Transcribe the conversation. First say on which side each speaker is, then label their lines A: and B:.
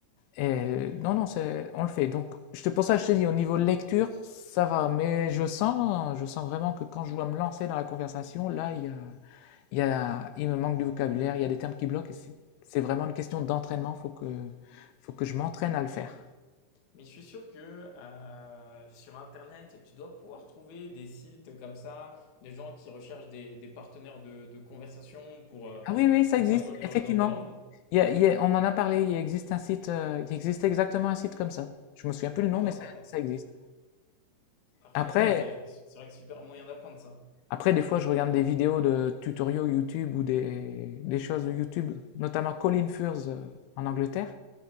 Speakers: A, on the left; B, on the left.
A: Et non, non, c'est, on le fait. Donc, je te, pour ça, je te dis, au niveau lecture, ça va. Mais je sens, je sens vraiment que quand je dois me lancer dans la conversation, là, il y a, il y a, il me manque du vocabulaire, il y a des termes qui bloquent. Et c'est, c'est vraiment une question d'entraînement. Il Faut que, faut que je m'entraîne à le faire.
B: Mais je suis sûr que euh, sur Internet, tu dois pouvoir trouver des sites comme ça, des gens qui recherchent des, des partenaires de, de conversation pour, euh,
A: Ah oui, oui, ça
B: pour
A: existe,
B: s'améliorer
A: effectivement.
B: dans des langues.
A: Il y a- il y a- on en a parlé. Il existe un site, euh, il existe exactement un site comme ça. Je me souviens plus le nom,
B: Ah bah
A: mais ça,
B: parfait,
A: ça existe.
B: parfait.
A: Après,
B: Ça, c'est c'est vrai que super moyen d'apprendre ça.
A: Après, des fois, je regarde des vidéos de tutoriaux YouTube ou des, des choses de YouTube, notamment Colin Furze euh, en Angleterre.